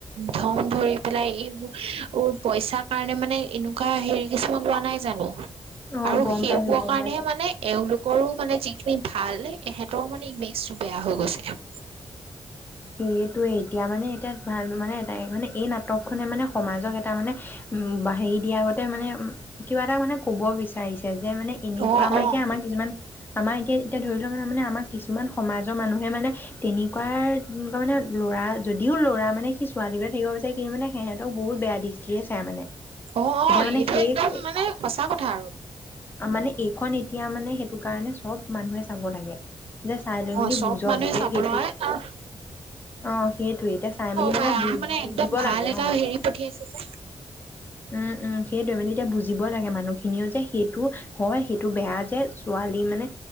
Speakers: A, on the right; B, on the left.
A: ধন ভৰি পেলাই এইবোৰ পইচাৰ কাৰণে মানে এনে? কাম হেৰি কিছুমান পোৱা নাই জানো?
B: অ
A: আৰু
B: গম
A: সেইবোৰ
B: পাইছো গম
A: কাৰণেহে
B: পাইছো
A: মানে এওঁলোক? কৰো মানে যিখিনি ভাল ইহঁতৰ মানে ইমেজটো বেয়া হৈ গৈছে?
B: সেইটোয়ে এতিয়া মানে এতিয়া ভাল মানে এটা মানে এই নাটক খনে মানে সমাজক এটা মানে উ হেৰি দিয়াৰ আগতে মানে উ কিবা এটা মানে কব বিচাৰিছে? যে', মানে
A: অ',
B: এনেকুৱা আমাৰ
A: অ',
B: এতিয়া আমাৰ কিছুমান আমাৰ। এতিয়া ধৰি লওক ম', মানে আমাৰ কিছুমান সমাজৰ মানুহে মানে তেনেকুৱাৰ? ধৰনৰ ল'ৰা যদিও ল'ৰা মানে সি ছোৱালীকোটা থাকিব বিচাৰে কিন্তু মানে সিহঁতক বহুত বেয়া দৃষ্টিৰে চাই মানে।
A: অ', -
B: এতিয়া
A: অ',
B: মানে
A: এইটো
B: সেই
A: একদম মানে সঁচা কথা আৰু।
B: মানে এইখন এতিয়া মানে সেইটো কাৰণে সব মানুহে চাব লাগে। যে চাই লৈ
A: অ',
B: মেলি
A: চব
B: বুজক
A: মানুহে
B: যে
A: চাবলৈ
B: সেইটো
A: আঁহ ',
B: অ', সেইটো এতিয়া চাই মেলি মানেু
A: পাৰে আৰু মানে
B: বুজিব
A: একদম ভাল
B: লাগে
A: এটা
B: অ',
A: হেৰি পঠিয়াইছে যে।
B: উম', - উম', সেইটোৱ মানে তেতিয়া বুজিব লাগে মানুহখিনিও যে সেইটো হয় সেইটো বেয়া যে ছোৱালী মানে